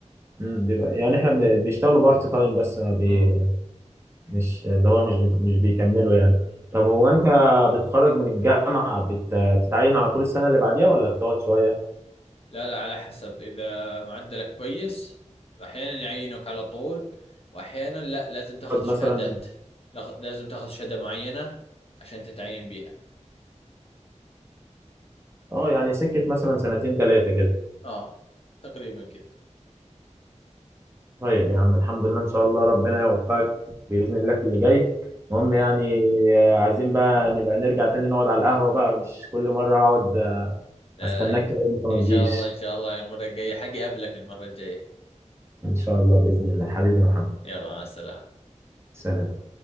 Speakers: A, on the right; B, on the left.
A: مم، بيبقى يعني احنا بن- بيشتغلوا بارت تايم بس ما بي
B: اه
A: مش اللي هو مش مش بيكملوا يعني
B: آه.
A: طب هو انت بتخرج من الجامعه بت- بتتعين على طول السنه اللي بعديها ولا بتقعد شويه؟
B: لا لا على حسب اذا معدلك كويس احيانا يعينوك على طول واحيانا لا لازم تاخذ
A: تقعد
B: شهادات
A: مثلا
B: لاخ- لازم تاخذ شهادة معينة عشان تتعين بيها
A: اه يعني سكة مثلا سنتين ثلاثة كده
B: اه تقريبا كذا
A: طيب يا عم الحمد لله ان شاء الله ربنا يوفقك بإذن الله في اللي جاي المهم
B: امين
A: يعني آه، عايزين بقى نبقى نرجع تاني نقعد على القهوة بقى مش كل مرة اقعد آه،
B: لا
A: استناك
B: لا
A: كده وانت ما
B: ان شاء
A: تجيش
B: الله ان شاء الله المرة الجاية حقي اقابلك المرة الجاية
A: ان شاء الله بإذن الله حبيبي يا محمد
B: يلا مع السلامة
A: سلام